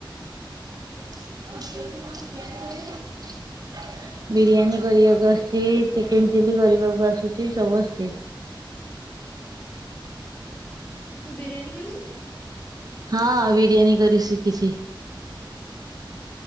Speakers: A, on the right; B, on the left.
A: <unintelligible> ତତେ କଣ ତିଆରି କରି ଅଶେ। ବିରିୟାନୀ କରିବାକୁ ଆସୁଛି, ଚିକେନ ଚିଲି କରିବାକୁ ଆସୁଛି, ସବୁ ଆସୁଛି।
B: ତୁ ବିରିଆନି କରି ଶିଖୁଛୁ।
A: ହଁ ବିରିୟାନୀ କରି ଶିଖିଛି <inaudible>